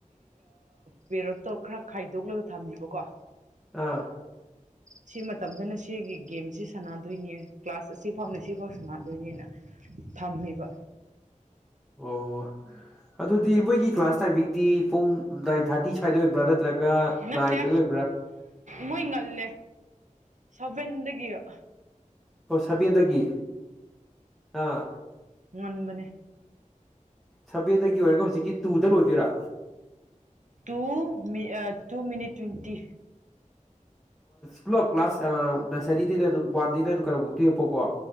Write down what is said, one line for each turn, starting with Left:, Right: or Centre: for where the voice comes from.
Right: ꯄꯦꯔꯠꯇꯣ ꯈꯔ ꯈꯥꯏꯗꯣꯛꯂꯒ ꯊꯝꯃꯤꯕꯀꯣ
Centre: ꯑꯥ
Right: ꯁꯤ ꯃꯇꯝꯗꯅ ꯁꯤꯒꯤ ꯒꯦꯝꯁꯤ ꯁꯥꯟꯅꯗꯣꯏꯅꯦ ꯀ꯭ꯂꯥꯁ ꯑꯁꯤ ꯐꯥꯎꯅꯦ ꯁꯤ ꯐꯥꯎ ꯁꯥꯟꯅꯗꯣꯏꯅꯤꯅ ꯊꯝꯃꯤꯕ
Centre: ꯑꯣ ꯑꯗꯨꯗꯤ ꯃꯣꯏꯒꯤ ꯀ꯭ꯂꯥꯁ ꯇꯥꯏꯃꯤꯡꯗꯤ ꯄꯨꯡ ꯗꯥꯏꯟ ꯊꯥꯔꯇꯤ ꯁ꯭ꯋꯥꯏꯗ ꯑꯣꯏꯕ꯭ꯔꯥ ꯅꯠꯇ꯭ꯔꯒ
Right: ꯅꯠꯇꯦ
Centre: ꯅꯥꯏꯟꯗꯩ ꯑꯣꯏꯕ꯭ꯔꯥ
Right: ꯃꯣꯏ ꯉꯜꯂꯦ ꯁꯕꯗꯒ
Centre: ꯈꯣꯏꯁꯤ ꯊꯕꯤꯗꯒꯤ ꯑꯥ
Right: ꯉꯟꯕꯅꯦ
Centre: ꯁꯕꯦꯗꯒꯤ ꯑꯣꯏꯔꯒ ꯍꯧꯖꯤꯛꯀꯤ ꯇꯨꯗ ꯂꯣꯏꯗꯣꯏꯔꯥ
Right: ꯨ ꯃꯤ ꯇꯨ ꯃꯤꯅꯤꯠ ꯇ꯭ꯋꯦꯟꯇꯤ
Centre: ꯄꯨꯂꯞ ꯀ꯭ꯂꯥꯁ ꯅꯁꯔꯤꯗꯩꯅ ꯑꯗꯨꯝ ꯋꯥꯟꯗꯩꯅ ꯑꯗꯨ ꯀꯩꯅꯣꯐꯥꯎ ꯇꯨꯌꯦꯦꯞ ꯐꯥꯎꯀꯣ